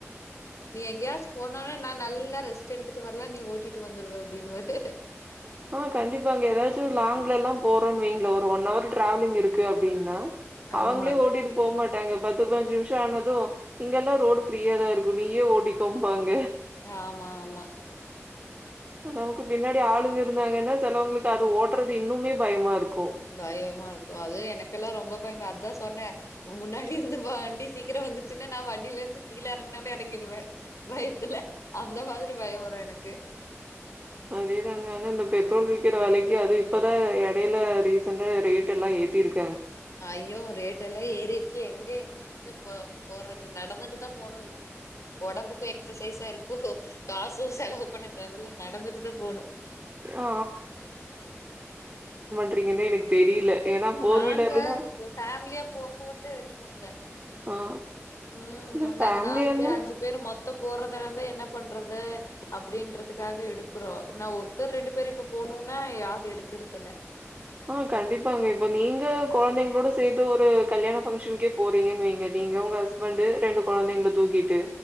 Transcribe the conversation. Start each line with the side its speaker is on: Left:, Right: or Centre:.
Left: நீ எங்கேயாச்சு போனாவே நா நல்லா ரெஸ் ட்டு எடுத்துட்டு வர்லா நீ ஓட்டிட்டு வந்துருவ அப்டின்னுவாரு
Right: ஆ கண்டிப்பாங்க ஏதாச்சும் லாங்லல்லா போறோம்னு வைங்களே ஒரு ஒன் ஹர் டிராவலிங் இருக்கு அப்டின்னா அவங்களே
Left: ஆமா
Right: ஓடிட்டு போ மாட் ட்டாங்க பத்து பஞ்சு நிமிஷம் ஆனதும் இங்கெல்லாம் ரோடு ஃப்ரீயா தா இருக்கும் நீயே ஓடிக்கோம்பாங்க
Left: ஆமா ஆமா
Right: நமக்கு பின்னாடி ஆளுங்க இருந்தாங்கன்னா சிலவங்களுக்கு அது ஓட்டுறது இன்னுமே பயமா இருக்கு
Left: பயமா இருக்கும் அதுவும் எனக்கெல்லா ரொம்ப பயமா அதுதா சொன்னே முன்னாடி இருந்து வண்டி சீக்கிரம் வந்துச்சுன்னா நா வண்டியிலே இருந்து கீழேறங்கினாலே இறங்கிடுவே பயத்துல அந்த மாரி த்துடு பயம் வரும் எனக்கு
Right: அதேதாங்க வந்து இந்த பெட்ரோல் விக்கிற வெலைக்கு அது இப்பதா இடையில ரீசண்ட ரேட் எல்லா ஏத்தி இருக்கு
Left: அய்யோ ரேட் எல்லாம் ஏரி எங்க எங்க இருந்த போ போட்றது நடந்துட்டு தா போணும் இன்னும் உடம்புக்கும் எக்ஸ்சசைஸா இருக்கும். காசும் செலவு பண்ண தேவல நடந்துட்டுதா போணும்
Right: ஆ, ட்றிங்கனு எனக்கு தெரியல. ஏன்னா ஃபோர்
Left: நாங்க
Right: வீலர்ல்லா
Left: ஃபேமிலியா போகும்போது எடுப்போங்க
Right: ஆ
Left: ம்
Right: இல்ல ஃபேமிலியானா
Left: நாங்க நாலு பேர் அஞ்சு பேரு மொத்தம் போறதுனதா என்ன பண்றது த அப் அப்டின்றதுக்காக எடுக்குறோ நா ஒருத்தர் ரெண்டு பேர் இப்ப போனும்னா யாது எடுக்கறதுல
Right: ஆ கண்டிப்பாங்க இப்ப நீங்க குழந்தைங்களோட சேத்து ஒரு கல்யாண ஃபங்க்ஷன்கே போறீங்கன்னு வைங்க நீங்க உங்க ஹஸ்பண்ட் ரெண்டு குழந்தைங்கள தூக்கிட்டு